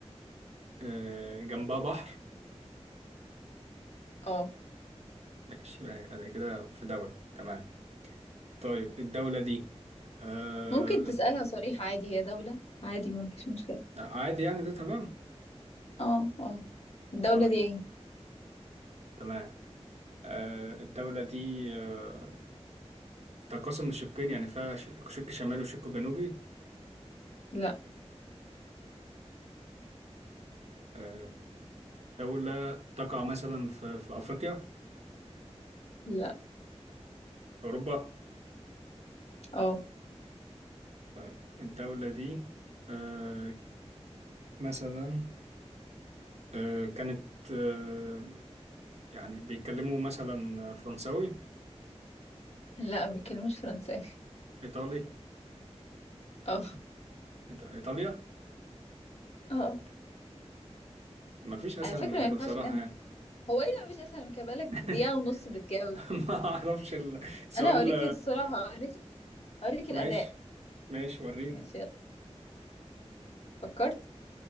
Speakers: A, on the right; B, on the left.
A: آه جنبها بحر
B: اه
A: ماشي يعني كده في دولة تمام طيب الدولة دي آه
B: ممكن تسألها صريح عادي هي دولة عادي ما فيش مشكلة
A: آه، عادي يعني ده تمام
B: اه اه الدولة
A: طيب
B: دي ايه
A: تمام آه الدولة دي آه تنقسم لشقين يعني فيها ش- شق شمالي وشق جنوبي
B: لا
A: آه دولة تقع مثلا في, في أفريقيا
B: لا
A: أوروبا
B: اه
A: طيب الدولة دي آه مثلا آه كانت آه يعني بيتكلموا مثلا فرنساوي
B: لا ما بيتكلموش فرنساوي
A: إيطالي
B: اه
A: إيط- إيطاليا
B: اه آه.
A: مفيش أسهل
B: على فكرة
A: من كده
B: ما ينفعش
A: بصراحة
B: كان
A: يعني
B: هو ايه اللي مش اسهل من كده بقالك
A: <laughs>
B: دقيقة ونص بتجاوب
A: ما أعرفش السؤال
B: انا اوريك الصراحة اوريك اوريك
A: ماشي
B: الأداء
A: ماشي وريني
B: ماشي فكرت